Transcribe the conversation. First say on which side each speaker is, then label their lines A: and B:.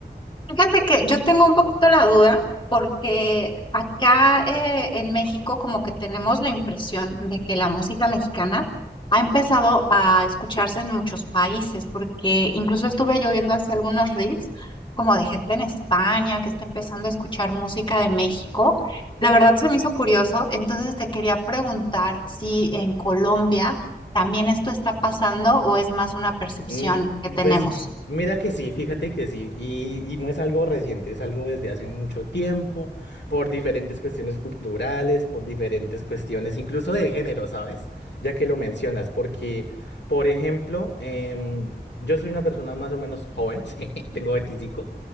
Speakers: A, on the left (about 25°); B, on the left (about 90°).
A: Fíjate que yo tengo un poquito la duda porque acá eh, en México como que tenemos la impresión de que la música mexicana ha empezado a escucharse en muchos países porque incluso estuve yo viendo así algunos reels como de gente en España que está empezando a escuchar música de México. La verdad se me hizo curioso, entonces te quería preguntar si en Colombia también esto está pasando o es más una percepción
B: Mm,
A: que tenemos.
B: Pues mira que sí, fíjate que sí, y, y no es algo reciente, es algo desde hace mucho tiempo, por diferentes cuestiones culturales, por diferentes cuestiones, incluso de género, ¿sabes? Ya que lo mencionas, porque, por ejemplo, em, yo soy una persona más o menos joven, <laughs> sí, tengo 25